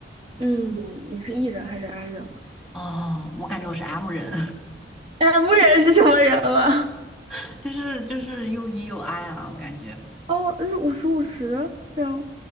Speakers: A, on the right (about 30°); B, in the centre.
A: 嗯，你是 E 人还是 I 人啊？
B: 哦，我感觉我是 M 人，
A: 哎，牧人是什么人了？
B: <laughs> 就是就是又 E 又 I 啊，我感觉。
A: 哦，是五十五十这样。